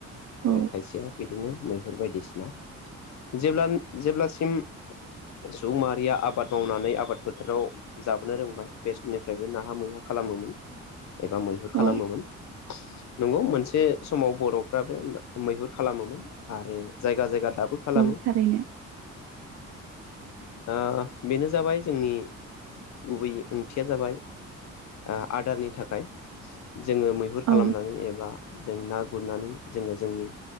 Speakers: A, on the right; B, on the left.
A: औ
B: आरो खायसेया बिदिनो मैहुर बायदिसिना जेब्ला जेब्लासिम सुबुं माहारिया आबाद मावनानै आबाद फोथाराव जाबोनो रोंबाय बे समनिफ्रायबो नाहा मैहा खालामोमोन एबा मैहुर
A: औ
B: खालामोमोन नंगौ मोनसे समाव बर'फ्राबो मैहुर खालामोमोन आरो जायगा जायगा दाबो खालामो
A: औ थारैनो
B: आ बेनो जाबाय जोंनि गुबै ओंथिया जाबाय आ आदारनि थाखाय जोङो मैहुर
A: औ
B: खालामनानै एबा जों ना गुरनानै जोङो जोंनि